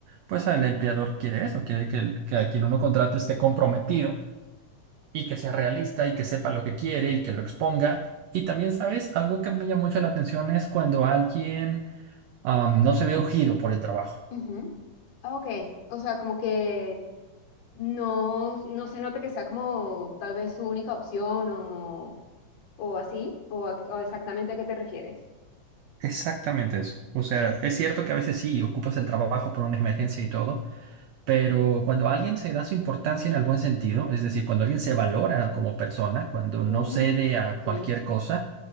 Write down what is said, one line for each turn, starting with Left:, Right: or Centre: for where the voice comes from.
Right: pues el empleador quiere eso, quiere que, el- que a quien uno contrate esté comprometido y que sea realista y que sepa lo que quiere y que lo exponga. Y también, ¿sabes? Algo que me llama mucho la atención es cuando alguien Am, no se ve urgido por el trabajo.
Left: Ujú. Ah, Ok, o sea, como que no, no se nota que sea como tal vez su única opción o, o así, o, a- o exactamente a qué te refieres.
Right: Exactamente eso. O sea, es cierto que a veces sí ocupas el trabajo por una emergencia
Left: Ujú.
Right: y todo, pero cuando alguien se da su importancia en el buen sentido, es decir, cuando alguien se valora como persona, cuando no
Left: Mm,
Right: cede a
Left: ok.
Right: cualquier cosa,